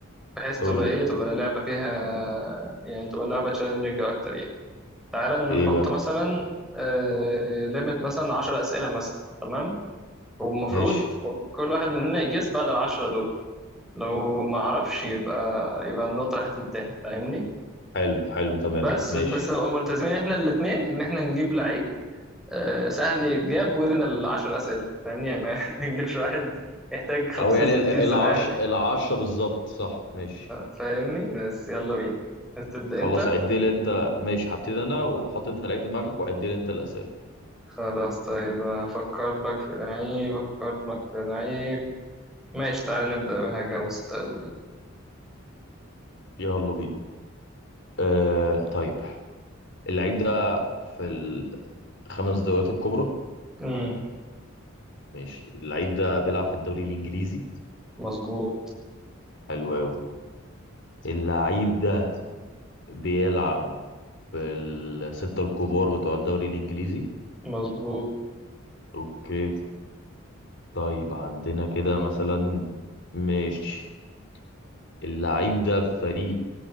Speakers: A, in the centre; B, on the left.
A: بحيث تبقى
B: قول
A: ايه
B: لي
A: تبقى اللعبة فيها يعني تبقى اللعبة تشالنجينج اكتر يعني تعال
B: ايه
A: نحط
B: بقى
A: مثلا آه... ليميت مثلا 10 اسئلة مثلا تمام والمفروض
B: ماشي
A: كل واحد مننا يجس بعد العشرة دول لو ما عرفش يبقى يبقى النقطة راحت للتاني فاهمني
B: حلو حلو تمام
A: بس
B: ماشي
A: بس نبقى ملتزمين احنا الاتنين ان احنا نجيب لعيب آه... سهل يتجاب وذن العشر اسئلة فاهمني يعني ما <laughs> نجيبش واحد يحتاج 50
B: او يعني
A: 60
B: ال- العش
A: سؤال
B: العشرة بالظبط صح ماشي
A: فاهمني بس يلا بينا عايز تبدأ
B: خلاص
A: انت
B: عد لي انت ماشي هبتدي انا وحط انت لعيب في دماغك وعد لي انت الاسئله
A: خلاص طيب أفكر لك في لعيب أفكر لك في لعيب ماشي تعالى نبدأ بحاجة بسيطة يلا بينا
B: يلا بينا آه طيب اللعيب ده في الخمس دوريات الكبرى
A: أمم،
B: ماشي اللعيب ده بيلعب في الدوري الانجليزي
A: مظبوط
B: حلو قوي اللعيب ده بيلعب في الستة الكبار بتوع الدوري الانجليزي
A: مظبوط
B: اوكي طيب عندنا كده مثلا ماشي اللعيب ده في فريق